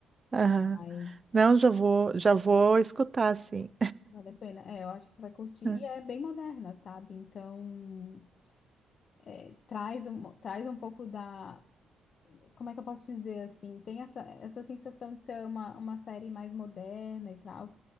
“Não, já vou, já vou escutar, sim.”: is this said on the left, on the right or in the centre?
Right